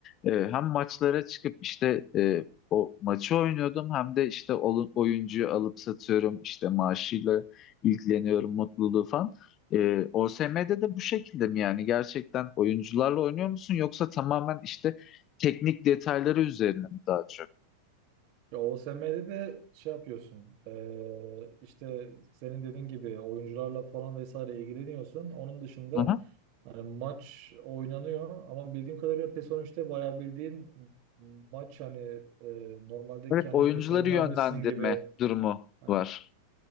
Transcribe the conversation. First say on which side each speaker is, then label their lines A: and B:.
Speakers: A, on the left (about 30°); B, on the right (about 45°).
A: E, hem maçlara çıkıp işte e, o maçı oynuyordum hem de işte olu- oyuncuyu alıp satıyorum işte maaşıyla ilgileniyorum mutluluğu falan. E, OSM'de de bu şekilde mi yani gerçekten oyuncularla oynuyor musun yoksa tamamen işte teknik detayları üzerine mi daha çok?
B: Ya OSM'de de şey yapıyorsun. eee, işte senin dediğin gibi oyuncularla falan vesaire ilgileniyorsun. Onun dışında
A: Hı hı.
B: hani maç oynanıyor ama bildiğim kadarıyla PES 13'te bayağı bildiğin maç hani eee, normalde
A: Evet
B: kendin
A: oyuncuları
B: PES oynar
A: yönlendirme
B: mısın gibi.
A: durumu
B: Ha,
A: var.